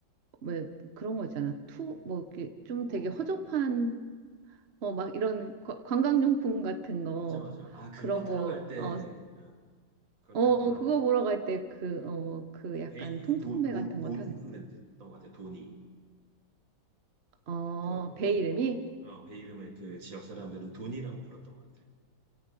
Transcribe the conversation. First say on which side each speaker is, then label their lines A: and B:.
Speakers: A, on the right (about 40°); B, on the right (about 75°).
A: 왜 그런 거 있잖아. 투, 뭐, 이렇게 좀
B: 우와.
A: 되게 허접한, 어, 막 이런 과- 관광용품 같은 거,
B: 맞아 맞아. 아 그거
A: 그런
B: 타러
A: 거,
B: 갈 때.
A: 어,
B: 어, 그걸
A: 어,
B: 탔구나.
A: 그거 보러 갈 때 그, 어, 그
B: 그
A: 약간
B: 배 이름이
A: 통통배
B: 도, 도,
A: 같은
B: 도니
A: 거 타는,
B: 그랬던 것 같아. 도니.
A: 어,
B: 일단 돈.
A: 배 이름이?
B: 어. 어, 배 이름을 그 지역 사람들은 돈이라고 불렀던 것 같아.